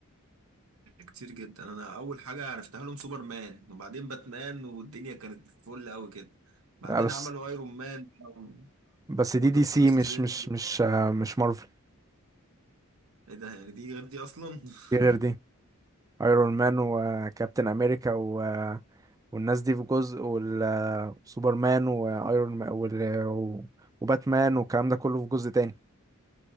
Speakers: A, on the right; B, on the right.
A: كتير جدا انا اول حاجه عرفتها لهم سوبرمان وبعدين باتمان والدنيا كانت فل قوي كده بعدين
B: آه بس
A: عملوا ايرون مان بقى و-
B: بس
A: ودكتور
B: دي دي سي
A: سترينج
B: مش مش مش آه مش مارفل
A: ايه ده يعني دي غير دي اصلا <laughs>
B: دي غير دي ايرون مان وكابتن امريكا و... والناس دي في جزء وال- آه، وسوبرمان وايرون مان وال... وباتمان والكلام ده كله في جزء تاني